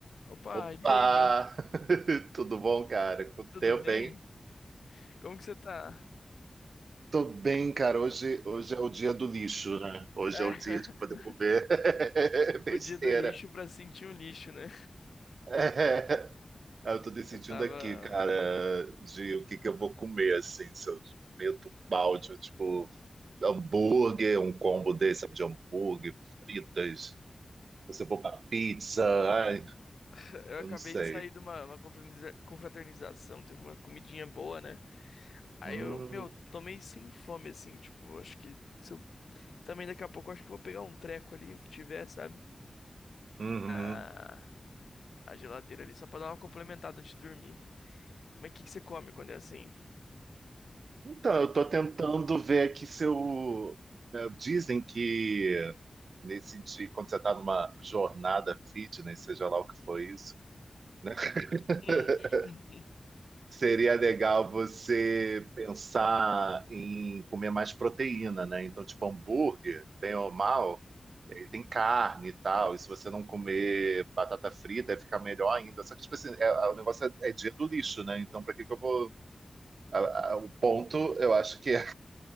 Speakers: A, on the left; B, on the right.
A: Opa,
B: Opa!
A: e aí, meu?
B: <laughs> Tudo bom, cara? Quanto
A: Tudo
B: tempo,
A: bem?
B: hein?
A: Como que você tá?
B: Tô bem, cara. Hoje, hoje é o dia do lixo, né? Hoje
A: É,
B: é o
A: <laughs>
B: dia de poder comer <laughs> besteira.
A: o dia do lixo pra sentir o lixo, né?
B: É. Aí Eu tô decidindo
A: Eu tava.
B: aqui, cara, de o que que eu vou comer, assim, se eu meto balde, eu, tipo, hambúrguer, um combo desse sabe, de hambúrguer, fritas, se eu vou pra pizza, ai,
A: <laughs> Eu
B: eu
A: acabei
B: não sei.
A: de sair de uma, uma confraterniza- confraternização, teve uma comidinha boa, né? Aí
B: Hum,
A: eu, meu, tomei sem fome, assim, tipo, acho que. se eu- Também daqui a pouco eu acho que eu vou pegar um treco ali, o que tiver, sabe?
B: uhum.
A: A, a geladeira ali, só pra dar uma complementada antes de dormir. Mas o que que você come quando é assim?
B: Então, eu tô tentando ver aqui se eu. eh, Dizem que nesse dia, quando você tá numa jornada fitness, seja lá o que for isso, né? <laughs>
A: Hum, <laughs>
B: Seria legal você pensar em comer mais proteína, né? Então, tipo, hambúrguer, bem ou mal, ele tem carne e tal. E se você não comer batata frita, vai ficar melhor ainda. Só que, tipo assim, é- é- o negócio é, é dia do lixo, né? Então, pra que que eu vou. a- a- o ponto, eu acho que é